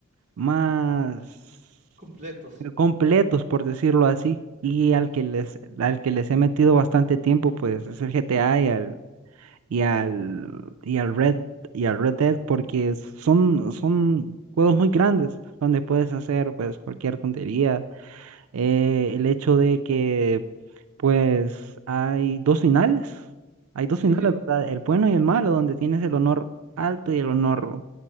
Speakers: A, on the right (about 80°); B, on the right (about 35°).
A: más
B: Completos.
A: completos, por decirlo así, y al
B: Ujú.
A: que les, al que les he metido bastante tiempo, pues es el GTA y al, y al, y al Red, y al Red Dead porque es- son, son juegos muy grandes donde puedes hacer pues cualquier tontería. Eh, el hecho de que pues hay dos finales, hay dos
B: Sí,
A: finales,
B: sí.
A: ¿verdad? El bueno y el malo, donde tienes el honor alto y el honor,